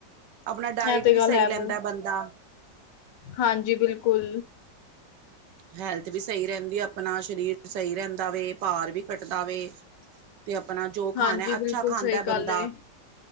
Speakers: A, on the right (about 75°); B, on the left (about 75°).
A: ਆਪਣਾ ਡਾਇਟ
B: ਇਹ ਤੇ
A: ਵੀ
B: ਗੱਲ
A: ਸਹੀ
B: ਹੈ
A: ਲੈਂਦਾ
B: ਵ
A: ਬੰਦਾ।
B: ਹਾਂਜੀ ਬਿਲਕੁਲ।
A: ਹੈਲਥ ਵੀ ਸਹੀ ਰਹਿੰਦੀ ਆਪਣਾ ਸਰੀਰ ਸਹੀ ਰਹਿੰਦਾ ਵੇ, ਭਾਰ ਵੀ। ਕਟਦਾ ਵੇ ਤੇ ਆਪਣਾ ਜੋ ਖਾਣਾ
B: ਹਾਂਜੀ
A: ਅੱਛਾ
B: ਬਿਲਕੁਲ
A: ਖਾਂਦਾ
B: ਸਹੀ
A: ਬੰਦਾ।
B: ਗੱਲ ਏ